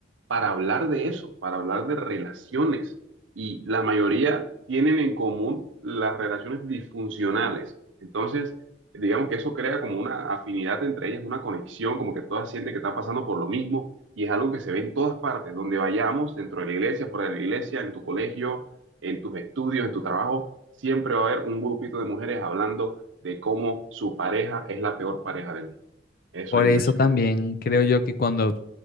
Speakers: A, on the right; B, on the left.
A: para hablar de eso, para hablar de relaciones. Y la mayoría tienen en común las relaciones disfuncionales. Entonces, digamos que eso crea como una afinidad entre ellas, una conexión, como que todas sienten que están pasando por lo mismo. Y es algo que se ve en todas partes, donde vayamos, dentro de la iglesia, fuera de la iglesia, en tu colegio, en tus estudios, en tu trabajo, siempre va a haber un grupito de mujeres hablando de cómo su pareja es la peor pareja del mundo. Eso
B: Por
A: es
B: eso
A: impresionante.
B: también creo yo que cuando